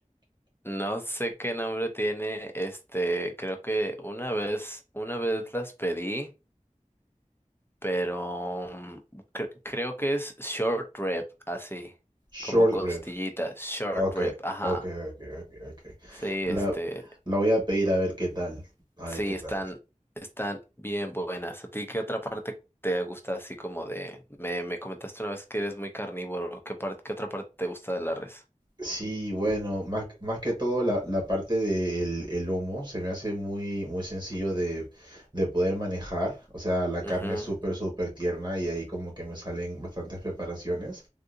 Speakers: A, on the left; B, on the right.
A: No sé qué nombre tiene, este, creo que una vez, una vez las pedí, pero mm, cre- creo que es short rib, así,
B: Short
A: como costillita,
B: rib.
A: short
B: Ok,
A: rib, ajá.
B: ok, ok, ok, ok.
A: Sí,
B: La,
A: este.
B: la voy a pedir a ver qué tal. A
A: Sí,
B: ver qué
A: están,
B: tal.
A: están bien buenas. ¿A ti qué otra parte te gusta así como de... Me, me comentaste una vez que eres muy carnívoro. ¿Qué parte, qué otra parte te gusta de la res?
B: Sí, bueno, más, más que todo la, la parte del el humo se me hace muy, muy sencillo de, de poder manejar. O sea, la carne
A: Mhm,
B: es súper, súper tierna y ahí como que me salen bastantes preparaciones.